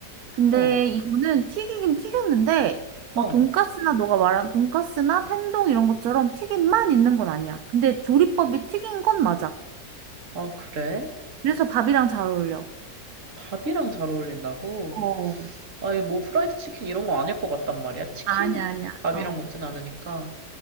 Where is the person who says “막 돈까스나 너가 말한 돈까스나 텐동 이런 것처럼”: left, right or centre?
Right